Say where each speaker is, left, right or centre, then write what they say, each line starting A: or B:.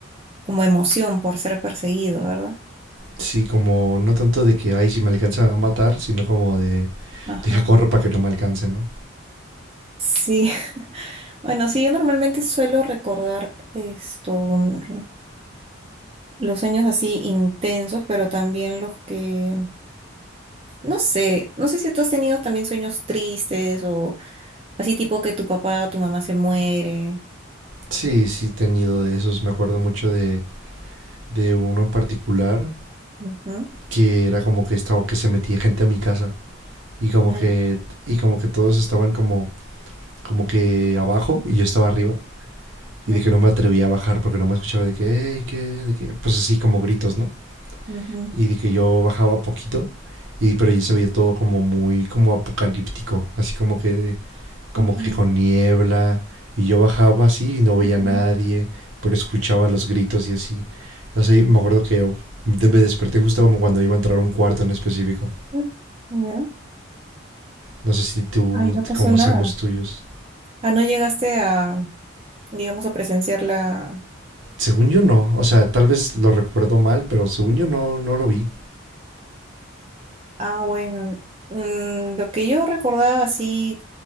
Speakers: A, on the right; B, on the right.
A: como emoción por ser perseguido, ¿verdad?
B: Sí, como no tanto de que, ay, si me alcanzan a matar, sino como de,
A: Ajá.
B: deja corro para que no me alcance, ¿no?
A: Sí, <laughs> bueno, sí, yo normalmente suelo recordar esto, mm, los sueños así intensos, pero también los que, no sé, no sé si tú has tenido también sueños tristes o Así tipo que tu papá o tu mamá se muere.
B: Sí, sí, he tenido de esos. Me acuerdo mucho de, de uno en particular
A: Ujú.
B: que era como que estaba, que se metía gente a mi casa y como
A: Ay,
B: que y como que todos estaban como como que abajo y yo estaba arriba
A: ujú,
B: y de que no me atrevía a bajar porque no me escuchaba de que "Ey, ¿qué? de que pues así como gritos no
A: ujú.
B: y de que yo bajaba poquito y pero yo se veía todo como muy como apocalíptico así como que como
A: Ay, qué
B: que
A: miedo.
B: con niebla y yo bajaba así y no veía
A: Ujú.
B: a nadie pero escuchaba los gritos y así no sé me acuerdo que yo de- me desperté justo como cuando iba a entrar a un cuarto en específico
A: Ay, ya.
B: no sé si tú
A: Ay, no pasó
B: cómo
A: nada.
B: sean los tuyos
A: Ah, no llegaste a, digamos, a presenciar la...
B: Según yo no, o sea, tal vez lo recuerdo mal, pero según yo no, no lo vi.
A: Ah, bueno. mm, lo que yo recordaba así,